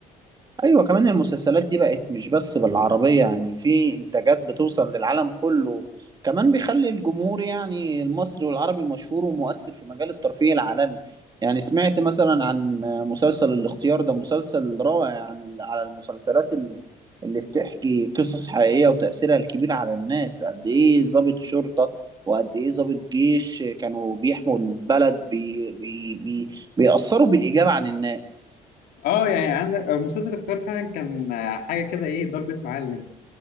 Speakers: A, on the right (about 25°); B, on the left (about 85°).
A: ايوه كمان المسلسلات دي بقت مش بس بالعربية يعني في انتاجات بتوصل للعالم كله كمان بيخلي الجمهور يعني المصري والعربي مشهور ومؤثر في مجال الترفيه العالمي يعني سمعت مثلا عن مسلسل الاختيار ده مسلسل رائع عن ال- على المسلسلات اللي اللي بتحكي قصص حقيقية وتأثيرها الكبير على الناس قد ايه ضابط شرطة وقد ايه ضابط جيش كانوا بيحموا البلد بي بي بي بيأثروا بالإيجاب عن الناس
B: اه يعني عندك آه، مسلسل اختيار فعلا كان آه، حاجه كده ايه ضربة معلم